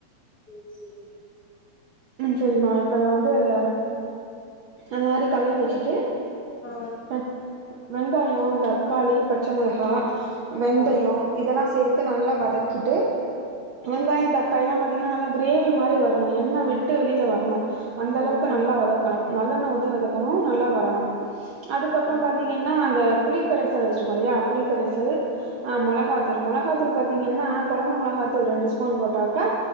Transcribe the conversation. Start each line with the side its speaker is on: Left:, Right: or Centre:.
Left: சேரி சேரி
Right: ம் சரிமா இப்ப வந்து அத அது மாரி கழுவி
Left: சேரி
Right: வச்சுட்டு
Left: ஆ
Right: அஹ் வெங்காயோ தக்காளி பச்சமொளகா வெந்தயோ
Left: ஆ
Right: இதெல்லா சேத்து நல்லா வதக்கிட்டு வெங்காயோ தக் காய்ல்லா பாத்தீங்கன்னா நல்ல காரேவி மாரி வரணு என்ன விட்டு வெளில வரணு அந்த அளவுக்கு
Left: ஆ சேரி
Right: நல்லா வதக் கணும் நல்லண்ண உத்தி வதக்கணு நல்லா வரணு அதுக்கப்றம்
Left: ஆ
Right: பா்த்தீங்கன்னா அந்த புளி கரைசல் வச்சிருக்கோ இல்லையா புளிகரைசல் அ மொளஹாத்தூள்
Left: ம்
Right: மொளஹா துள் பாத்தீங்கன்னு கொழம்பு மொளஹாத்தூள் ரெண்டு ஸ்பூன் போட்டாக்கா